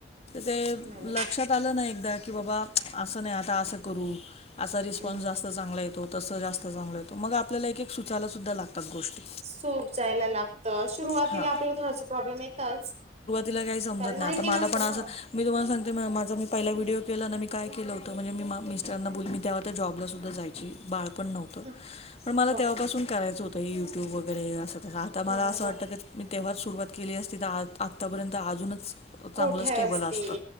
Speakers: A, on the left; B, on the right.
A: ते
B: मॅनेज
A: लक्षात आलं ना एकदा की की बाबा असं नाही आता असं करू असा रिस्पॉन्स
B: हम्म
A: जास्त. चांगला येतो तसं जास्त चांगलं येतो मग आपल्याला एक एक सुचायला सुद्धा लागतात गोष्टी.
B: सुच यला लागतं सुरुवातीला
A: हां
B: आपल्याला थोडस प्रॉब्लेम येतच.
A: तिला काही समजत
B: कारण
A: नाही
B: माहिती
A: आता मला
B: नसतं ना.
A: आज मी तुम्हाला सांगते म माझ मी पाहिला व्हिडिओ केला ना मी काय के होत म्हणजे मी मिसटराना बोल मी तेव्हा त्या जॉबला सुद्धा जाय बाळपण् नव
B: ह
A: <unintelligible> पण मला
B: बापरे
A: तेव्हापासून
B: हा.
A: करायचं होतं हे युट्यूब वगैरे असं आता मला
B: हा हा
A: असं
B: हा
A: वाटतं कने मी तेव्हाच सुरुवात केली असते तर आ आतापर्यंत अजूनच
B: कोठे
A: चांगलं स्टेबल
B: असते
A: असत